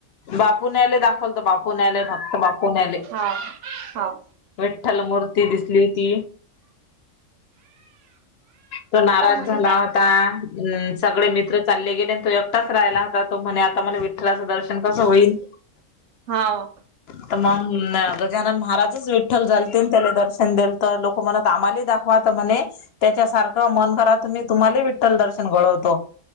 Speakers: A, on the left; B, on the right.
A: बापू न्यायले दाखवल बापू न्यायले फक्त बापू न्यायले.
B: हा हाव.
A: विठ्ठल मूर्ती दिसली हुती. तो नाराज
B: मनीषा
A: झाला होता सगळे मित्र चालले गेले अन् तो एकटाच राहिला होता. तो म्हणे आता मले विठ्ठलाचं दर्शन कसं होईल?
B: हांव.
A: तर मग गजानन महाराजच विठ्ठल झालतेन त्याला दर्शन देल तर लोकं म्हणतं आम्हालेही दाखवा आता म्हणे. त्याच्यासारखं मन भरा तुम्ही तुम्हालाही विठ्ठल दर्शन घडवतो.